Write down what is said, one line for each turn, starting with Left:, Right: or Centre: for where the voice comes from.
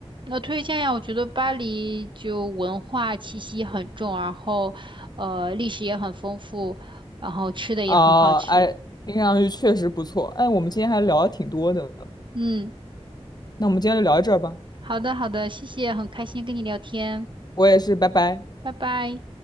Right: 那推荐呀，我觉得巴黎就文化气息很重，然后呃历史也很丰富，然后吃的也很好吃。
Left: 哦，哎，听上去确实不错。哎，我们今天还聊的挺多的呢，
Right: 嗯，
Left: 那我们今天就聊到这儿吧。
Right: 好的好的，谢谢，很开心跟你聊天，
Left: 我也是，拜拜。
Right: 拜拜。